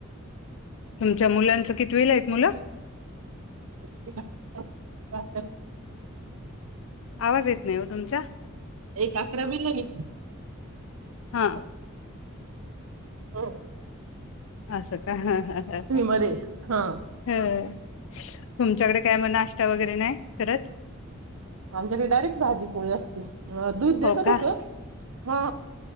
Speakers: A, on the left; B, on the right.
A: तुमच्या मुलांचं कितीवीला आहेत मुलं
B: <inaudible>
A: आवाज येत नाही हो तुमचा.
B: एक अकरावी मध्ये
A: हा
B: <unintelligible> हो.
A: असं का ह ह ह
B: मध्ये हा
A: हं तुमच्याकडे काय मग नाश्ता वगैरे नाही? खत <unintelligible>
B: आमच्याकडे डायरेक्ट भाजी पोळी असती अ दूध देता
A: हो का
B: तस हा